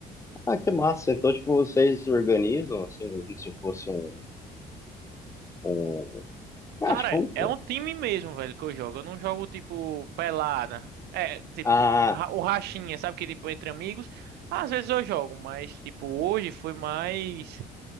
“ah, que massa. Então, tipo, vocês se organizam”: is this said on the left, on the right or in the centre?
Left